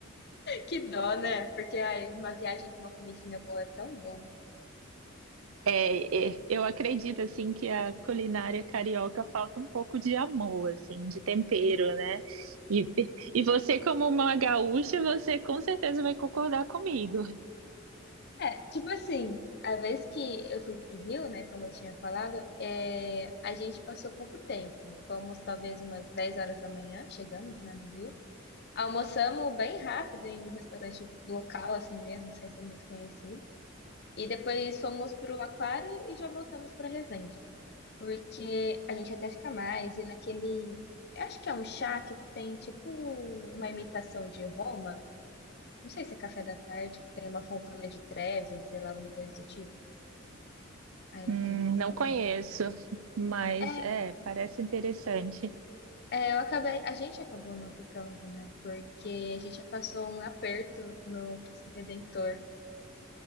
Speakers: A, on the left; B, on the right.
A: Que dó, né? Porque ai, uma viagem com uma comidinha boa é tão bom.
B: É, é, eu acredito assim que a culinária carioca falta um pouco de amor, assim, de tempero, né? E, e você, como uma gaúcha, você com certeza vai concordar comigo.
A: É, tipo assim, a vez que eu fui pro Rio, né, como eu tinha falado, é, a gente passou pouco tempo. Fomos talvez umas 10 horas da manhã, chegamos, né, no Rio. Almoçamos bem rápido em um restaurante local, assim mesmo, sem ser muito conhecido. E depois fomos pro Aquário e já voltamos pra Resende. Porque a gente até fica mais, e naquele. Eu acho que é um chá que tem tipo uma imitação de Roma. Não sei se é café da tarde, tem uma fontana de treve, sei lá, alguma coisa do tipo. Ai, não
B: Hum,
A: lembro qual
B: não
A: que é o
B: conheço,
A: nome.
B: mas
A: É,
B: é, parece interessante.
A: é, eu acabei, a gente acabou não ficando, né? Porque a gente já passou um aperto no Cristo Redentor.